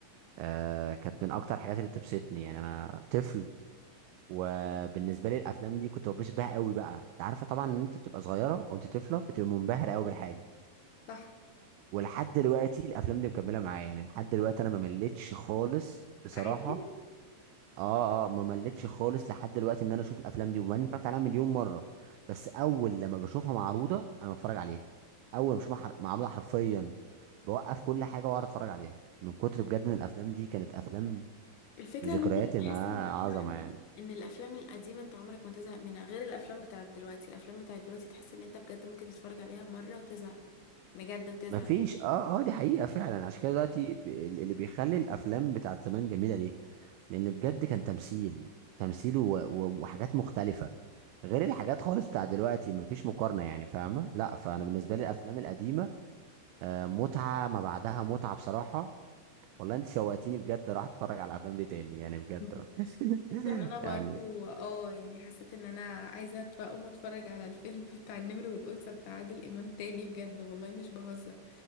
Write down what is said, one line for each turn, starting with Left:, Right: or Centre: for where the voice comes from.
Right: آه كانت من اكتر الحاجات اللي بتبسطني يعني انا طفل وبالنسبه لي الافلام دي كنت ببسط بيها قوي بقى انت عارفه طبعا ان انت بتبقى صغيره وانت طفله بتبقى منبهر قوي بالحاجه
Left: صح
Right: ولحد دلوقتي الافلام دي مكمله معايا يعني لحد دلوقتي انا ما مليتش خالص بصراحه
Left: عادي
Right: اه اه ما مليتش خالص لحد دلوقتي ان انا اشوف الافلام دي وما اني اتفرجت عليها مليون مره بس اول لما بشوفها معروضه انا بتفرج عليها اول ما بشوفها حر- معروضه حرفيا بوقف كل حاجه واقعد اتفرج عليها من كتر بجد ان الافلام دي كانت افلام
Left: الفكرة
Right: ذكرياتي
Left: ان انت بتحس
Right: معاه
Left: ان
Right: عظمه
Left: فعلا
Right: يعني
Left: ان الافلام القديمة انت عمرك ما تزهق منها غير الافلام بتاعت دلوقتي الافلام بتاعت دلوقتي تحس ان انت بجد ممكن تتفرج عليها مرة وتزهق بجد وتزهق
Right: ما فيش اه اه دي حقيقة فعلا عشان كده دلوقتي ب- اللي بيخلي الافلام بتاعت زمان جميلة ليه لان بجد كان تمثيل تمثيل و... و... وحاجات مختلفة غير الحاجات خالص بتاع دلوقتي ما فيش مقارنة يعني فاهمة لا فانا بالنسبة لي الافلام القديمة آه متعة ما بعدها متعة بصراحة والله انت شوقتيني بجد راح اتفرج على الافلام دي تاني يعني بجد
Left: <laughs>
Right: والله.
Left: حسيت ان
Right: <laughs>
Left: انا برضو
Right: يعني
Left: اه يعني حسيت ان انا عايزة أتف- اقوم اتفرج على الفيلم <laughs> بتاع النمر والانثى بتاع عادل امام تاني بجد والله مش بهزر